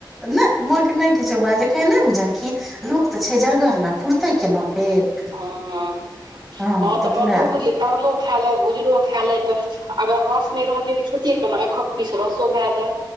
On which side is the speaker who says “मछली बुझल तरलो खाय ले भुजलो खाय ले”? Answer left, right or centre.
Right